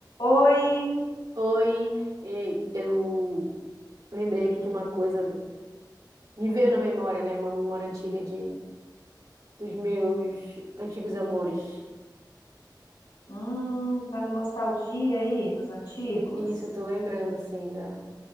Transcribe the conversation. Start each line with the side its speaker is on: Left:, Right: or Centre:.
Left: Oi,
Right: Oi, ei, eu lembrei aqui de uma coisa do... Me veio na memória, né? Uma memória antiga de dos meus antigos amores.
Left: hum, tá na nostalgia aí dos antigos?
Right: E isso eu tô lembrando assim da